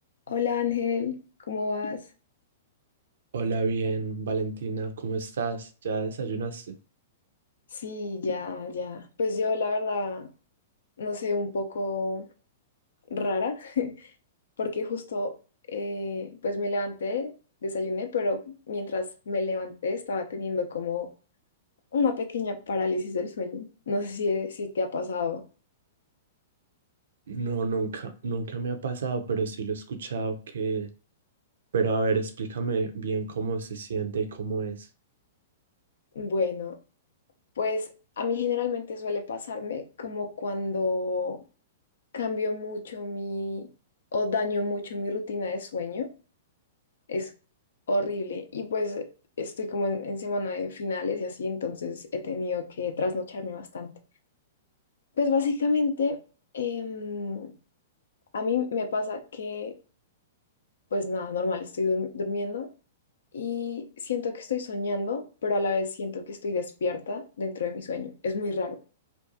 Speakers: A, on the left; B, on the right.
A: Hola Ángel, ¿cómo vas?
B: Hola, bien, Valentina, ¿cómo estás? ¿Ya desayunaste?
A: Sí, ya, ya. Pues yo la verdad, no sé, un poco rara, <laughs> porque justo eh, pues me levanté, desayuné, pero mientras me levanté estaba teniendo como una pequeña parálisis del sueño. No sé si, si te ha pasado.
B: No, nunca, nunca me ha pasado, pero sí lo he escuchado que... Pero a ver, explícame bien cómo se siente y cómo es.
A: Bueno, pues a mí generalmente suele pasarme como cuando cambio mucho mi o daño mucho mi rutina de sueño. Es horrible. Y pues estoy como en, en semana de finales y así, entonces he tenido que trasnocharme bastante. Pues básicamente, em, a mí me pasa que, pues nada, normal, estoy dur- durmiendo y siento que estoy soñando, pero a la vez siento que estoy despierta dentro de mi sueño. Es muy raro.